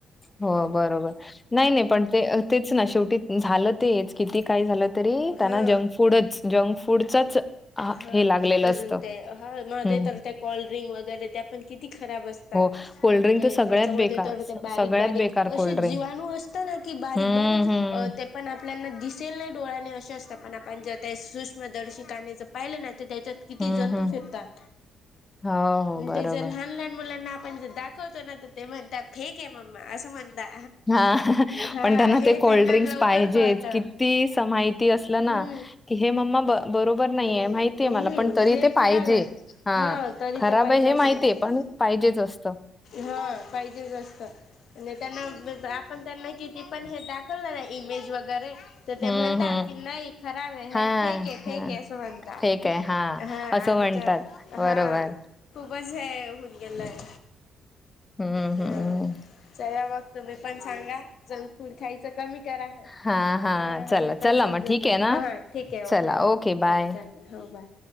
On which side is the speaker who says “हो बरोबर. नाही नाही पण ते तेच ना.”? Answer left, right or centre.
Left